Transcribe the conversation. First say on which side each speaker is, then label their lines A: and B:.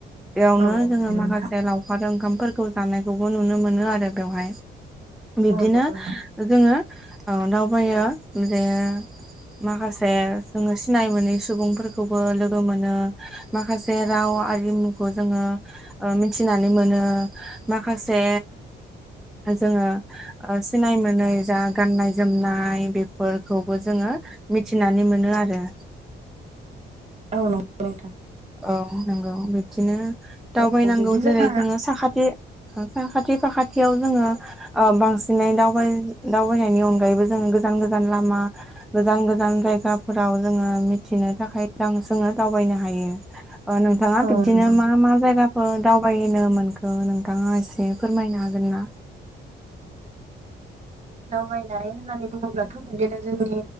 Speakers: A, in the centre; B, on the right (about 35°).
A: बेयावनो
B: औ औ
A: जोङो
B: नंगौ
A: माखासे
B: नोंथां
A: लाव अखार ओंखामफोरखौ जानायखौबो नुनो मोनो आरो बेवहाय बिब्दिनो
B: औ नंगौ नोंथां
A: जोङो दावबायो जे माखासे जोङो सिनाय मोनै सुबुंफोरखौबो लोगो मोनो माखासे राव आरिमुखौ जोङो मिथिनानै मोनो माखासे जोङो सिनाय मोनै जा गाननाय जोमनाय बेफोरखौबो जोङो मिथिनानै मोनो आरो
B: औ नंगौ नोंथां
A: औ नंगौ बिब्दिनो दावबायनांगौ
B: औ बिब्दि जोंहा
A: जेरै जोङो साखाथि साखाथि फाखाथियाव जोङो ओ बांसिनै दावबाय दावबायनायनि अनग अनगायैबो जों गोजान गोजान लामा गोजान गोजान जायगाफोराव जोङो मिथिनो थाखाय रां सोनो दावबायनो हायो नोंथाङा
B: औ
A: बिबदिनो
B: नंगौ
A: मा मा जायगा ओ दावबायनो मोनखो नोंथाङा एसे फोरमायनो हागोन ना
B: दावबायनाय होननानै बुङोब्लाथ' बिदिनो जोंनि